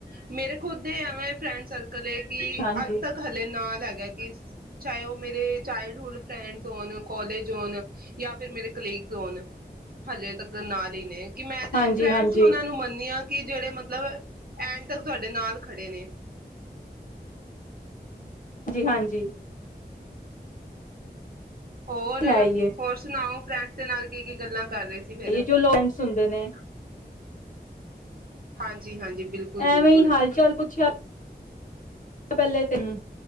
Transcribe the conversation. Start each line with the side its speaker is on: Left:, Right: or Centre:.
Right: ਮੇਰੇ ਖੁਦ ਦੇ ਐਵੇਂ ਫਰੈਂਡਸ ਸਰਕਲ ਕਿ
Left: ਹਾਂਜੀ,
Right: ਅੱਜ ਤੱਕ ਹਲੇ ਨਾਲ ਹੈ ਇਸ ਚਾਹੇ ਉਹ ਮੇਰੇ ਚਾਈਲਡ ਹੁਡ ਫਰੈਂਡਸ ਹੋਣ ਕਲੇਜ ਹੋਣ ਜਾਂ ਫਿਰ ਮੇਰੇ ਕਲੀ ਹੋਨ ਹਜੇ ਤਗ ਨਾਲ ਹੀ ਨੇ ਕਿ ਮੈਂ ਤੇ
Left: ਹਾਂਜੀ,
Right: ਫਰੈਂਡ
Left: ਹਾਂਜੀ,
Right: ਸੀ ਉਹਨਾਂ ਨੂੰ ਮੰਨਦੀ ਹਾਂ ਕਿ ਜਿਹੜੇ ਮਤਲਬ ਐਂਡ ਤੱਕ ਤੁਹਾਡੇ ਨਾਲ ਖੜੇ ਨੇ
Left: ਜੀ ਹਾਂਜੀ
Right: ਹੋਰ
Left: ਹੈ ਹੀ ਏ
Right: ਹੋਰ ਸੁਣਾਓ ਫਰੈਂਡਸ ਦੇ ਨਾਲ ਕੀ ਕੀ ਗੱਲਾਂ ਕਰ ਰਹੇ ਸੀ ਫਿਰ
Left: ਏ ਜੋ ਲੋ ਪੈਂਟਸ ਹੁੰਦੇ ਨੇ
Right: ਹਾਂਜੀ ਹਾਂਜੀ ਬਿਲਕੁਲ ਬਿਲਕੁਲ
Left: ਐਵੇਂ ਹੀ ਹਾਲ ਚਾਲ ਪੁੱਛਿਆ ਪੱਲੇ ਤਿੰਨ